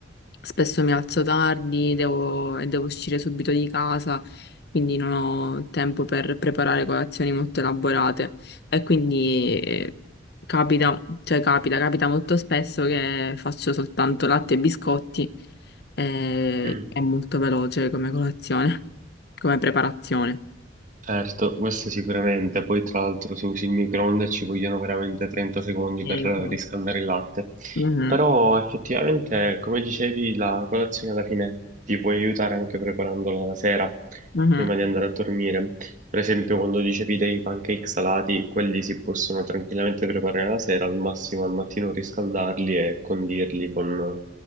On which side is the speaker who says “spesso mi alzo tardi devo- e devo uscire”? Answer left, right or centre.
Left